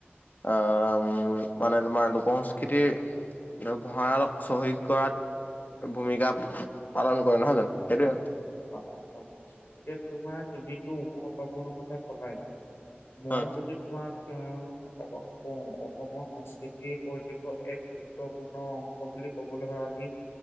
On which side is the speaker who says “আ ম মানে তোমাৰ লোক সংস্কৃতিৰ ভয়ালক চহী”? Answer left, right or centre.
Left